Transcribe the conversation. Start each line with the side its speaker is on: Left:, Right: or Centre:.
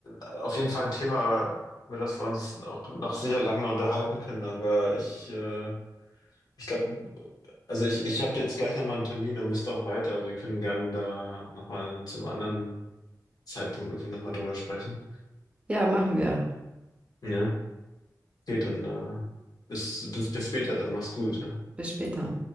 Left: auf jeden Fall ein Thema, über das wir uns auch noch sicher lange unterhalten können, aber ich, äh, ich glaube, Also ich, ich habe jetzt gleich nochmal einen Termin und müsste auch weiter. Also wir können gerne da nochmal zu einem anderen Zeitpunkt irgendwie nochmal drüber sprechen.
Right: Ja, machen wir.
Left: Ja, okay, dann äh, bis, bis, bis später, dann mach's gut. Ja.
Right: Bis später.